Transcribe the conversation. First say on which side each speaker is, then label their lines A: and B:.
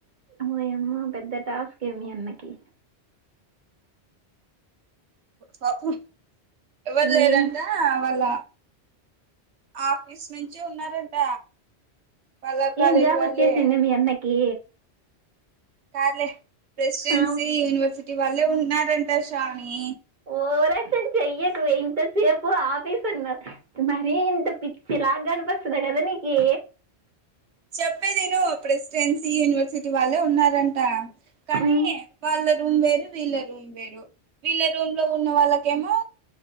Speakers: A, on the right (about 45°); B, on the right (about 80°).
A: వోయమ ఆ పెద్ద టాస్కే మీ అన్నకి
B: పాపం ఎవరు
A: మేం
B: లేరంటే వాళ్ళ ఆఫీస్ నుంచి ఉన్నారంట వాళ్ళ కాలేజీ
A: ఏం జాబ్
B: వాళ్ళే
A: వచ్చేసిందా మీ అన్నకి
B: కాదులే ప్రెసిడెన్సీ
A: ఆ
B: యూనివర్సిటీ వాళ్లే ఉన్నారంటా శ్రావణి
A: ఓవర్ యాక్షన్ చెయ్యకు ఇంతసేపు ఆఫీసన్నావు మరి ఇంత పిచ్చిలాగ కనిపిస్తుంనా కదా నీకి
B: చెప్పేదిను ప్రెసిడెన్సీ యూనివర్సిటీ వాళ్ళే ఉన్నారంట కానీ
A: ఉమ్
B: వాళ్ళ రూమ్ వేరు వీళ్ళ రూమ్ వేరు వీళ్ళ రూమ్లో ఉన్న వాళ్ళకి ఏమో